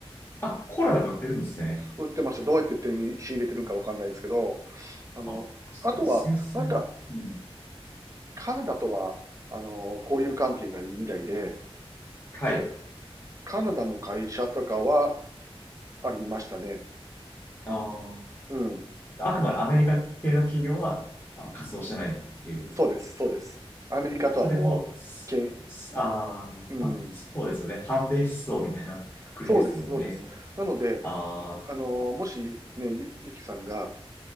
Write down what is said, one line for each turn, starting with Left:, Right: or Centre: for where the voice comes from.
Left: あ、コーラなくなってるんですね。
Right: 売ってました。どうやって手に仕入れてるんかわかんないですけど、あの、
Left: あ、そう、
Right: あとは、
Left: 制裁。
Right: なんか、
Left: うん。
Right: カナダとは、あの、交友関係がいいみたいで、
Left: はい。
Right: カナダの会社とかはありましたね。
Left: あー、
Right: うん。
Left: あくまでアメリカ系の企業はあ活動してないっていう。
Right: そうです、そうです。アメリカとはもう、
Left: それも、すすあー、
Right: けん、うん。
Left: まあ、そうですよね。反米思想みたいな国ですもんね。
Right: そうです、そうです。なので、
Left: ああ
Right: あの、もしね、ゆ、ゆきさんが、